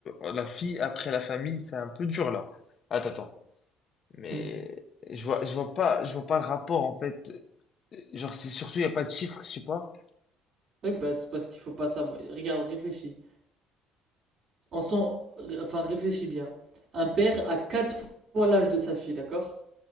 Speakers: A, on the left (about 40°); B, on the right (about 45°).
A: euh, la fille après la famille, c'est un peu dur là. Attends, attends. Mais
B: <laughs>
A: je vois, je vois pas, je vois pas le rapport en fait. Genre, c'est surtout, il n'y a pas de chiffres je sais pas.
B: Oui, bah, c'est parce qu'il faut pas savoir. Regarde, réfléchis. En son, euh, enfin, réfléchis bien. Un père a quatre fois l'âge de sa fille, d'accord?